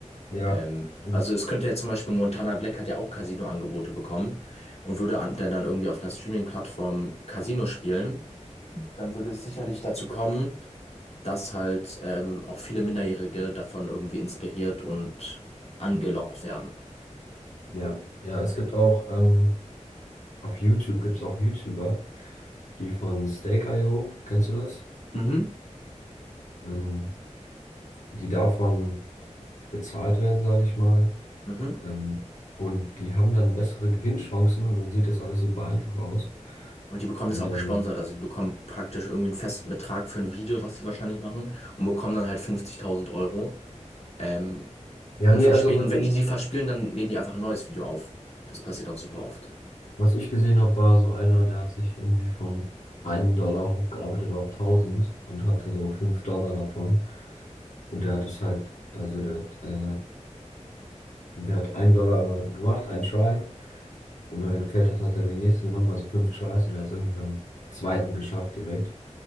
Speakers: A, on the left; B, on the left.
A: Ja,
B: Ähm,
A: ja,
B: also es könnte ja zum Beispiel Montana Black hat ja auch Casino-Angebote bekommen und würde an, der dann irgendwie auf einer Streaming-Plattform Casino spielen, dann würde es sicherlich dazu kommen, dass halt ähm, auch viele Minderjährige davon irgendwie inspiriert und angelockt werden.
A: ja, ja. Es gibt auch ähm, auf YouTube gibt es auch YouTuber, die von Stake.io, kennst du das?
B: Mhm.
A: Ähm, die davon bezahlt werden, sage ich mal.
B: Mhm.
A: Ähm, und die haben dann bessere Gewinnchancen und dann sieht das alles super einfach aus.
B: Und die bekommen
A: Und
B: das auch
A: dann,
B: gesponsert. Also die bekommen praktisch irgendwie einen festen Betrag für ein Video, was sie wahrscheinlich machen, und bekommen dann halt 50.000 Euro. Ähm,
A: ja,
B: und
A: nee,
B: verspielen.
A: also was
B: Und wenn
A: ich,
B: die die verspielen, dann nehmen die einfach ein neues Video auf. Das passiert auch super oft.
A: was ich gesehen habe, war so einer, der hat sich irgendwie von einem Dollar hochgearbeitet auf tausend und hatte so 5 Dollar davon. Und der hat es halt, also der hat, äh, der hat einen Dollar immer gemacht, einen Try. Und wenn er gefällt hat, hat er den nächsten genommen, also fünf Tries und er hat es irgendwie beim zweiten geschafft direkt.